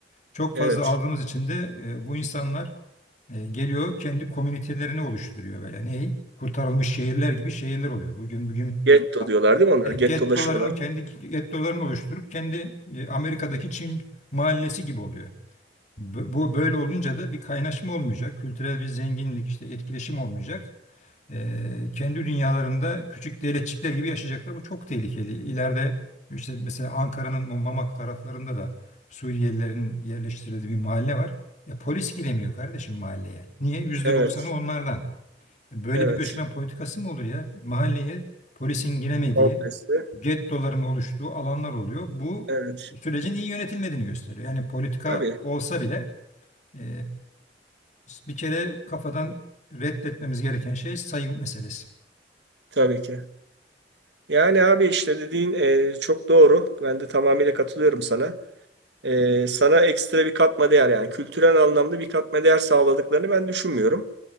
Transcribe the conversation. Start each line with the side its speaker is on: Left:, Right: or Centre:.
Left: Çok
Right: Evet.
Left: fazla aldığımız için de e, bu insanlar e, geliyor kendi komünitelerini oluşturuyor böyle. Ney? Kurtarılmış şehirler gibi şehirler oluyor. Bugün bugün
Right: Getto diyorlar değil mi onlar?
Left: e,
Right: Gettolaşıyorlar.
Left: gettolarını kendi gettolarını oluşturup kendi e, Amerika'daki Çin mahallesi gibi oluyor. Bu bu böyle olunca da bir kaynaşma olmayacak, kültürel bir zenginlik işte etkileşim olmayacak e, kendi dünyalarında küçük devletçikler gibi yaşayacaklar. Bu çok tehlikeli. İleride işte mesela Ankara'nın bu Mamak taraflarında da Suriyelilerin yerleştirildiği bir mahalle var. E, polis giremiyor kardeşim mahalleye. Niye? yüzde
Right: Evet,
Left: doksanı onlardan. E, böyle
Right: evet.
Left: bir göçmen politikası mı olur ya? Mahalleye polisin giremediği,
Right: Komplesi.
Left: gettoların oluştuğu alanlar oluyor. Bu
Right: Evet.
Left: sürecin iyi yönetilmediğini gösteriyor. Yani politika
Right: Tabii,
Left: olsa bile e, bir kere kafadan reddetmemiz gereken şey sayı meselesi.
Right: tabii ki. Yani abi işte dediğin e, çok doğru. Ben de tamamıyla katılıyorum sana. E, sana ekstra bir katma değer yani kültürel anlamda bir katma değer sağladıklarını ben düşünmüyorum.